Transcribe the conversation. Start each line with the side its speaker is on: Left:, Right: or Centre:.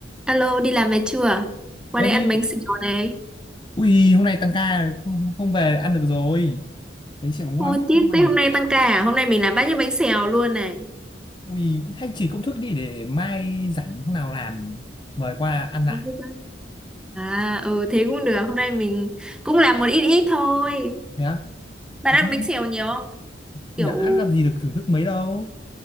Centre: Alo, đi làm về chưa? Qua
Left: Ơ
Centre: đây
Left: đi,
Centre: ăn bánh xèo này.
Left: ui hôm nay tăng ca không không về ăn được rồi. Bánh xèo ngon
Centre: Ôi, tiếc
Left: không ăn
Centre: thế hôm
Left: được.
Centre: nay tăng ca à? Hôm nay mình làm bát những bánh xèo luôn này.
Left: Ui hay chỉ công thức đi để mai rảnh hôm nào làm mời qua ăn lại.
Centre: Không biết á. À, ừ, thế cũng được. Hôm nay mình cũng làm một ít ít thôi.
Left: Thế á?
Centre: Bạn
Left: Ờ,
Centre: ăn
Left: Thế
Centre: bánh
Left: đi,
Centre: xèo nhiều không?
Left: đã
Centre: Kiểu
Left: làm gì được thưởng thức mấy đâu.